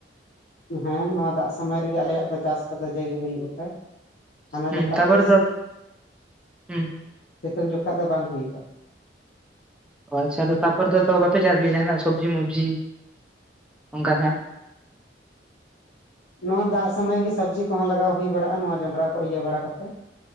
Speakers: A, on the left; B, in the centre.
A: <unintelligible> ᱦᱮᱸ ᱱᱚᱣᱟ ᱫᱟᱜ ᱥᱚᱢᱚᱭ ᱨᱮᱜᱮ ᱟᱞᱮᱭᱟᱜ ᱫᱚ ᱪᱟᱥ ᱠᱚᱫᱚ ᱡᱟᱜᱮ ᱦᱩᱭᱩᱜ-ᱟ ᱥᱮ ᱦᱟᱱᱟ
B: ᱦᱩᱸ
A: ᱡᱚᱠᱷᱟ
B: ᱛᱟᱯᱚᱨ
A: ᱫᱚ,
B: ᱦᱩᱸ
A: ᱥᱤᱛᱩᱝ ᱡᱚᱠᱷᱟ ᱫᱚ ᱵᱟᱝ ᱦᱩᱭᱩᱜᱼᱟ᱾
B: ᱚ ᱟᱪᱪᱷᱟ ᱛᱟᱨᱯᱚᱨ ᱫᱚᱛᱚ ᱵᱟᱯᱮ ᱪᱟᱥ ᱜᱮᱭᱟ ᱡᱟᱦᱟᱱᱟᱜ ᱥᱚᱵᱡᱤ ᱢᱚᱵᱡᱤ ᱚᱱᱠᱟᱱᱟᱜ?
A: ᱱᱚᱣᱟ ᱫᱟᱜ ᱥᱚᱢᱚᱭ ᱜᱮ ᱥᱚᱵᱽᱡᱤ ᱠᱚᱦᱚᱸ ᱞᱟᱜᱟᱣ ᱦᱩᱭ ᱵᱟᱲᱟᱜᱼᱟ ᱱᱚᱶᱟ ᱡᱚᱱᱰᱨᱟ ᱠᱚ ᱤᱭᱟᱹ ᱵᱟᱲᱟ ᱠᱟᱛᱮᱫ᱾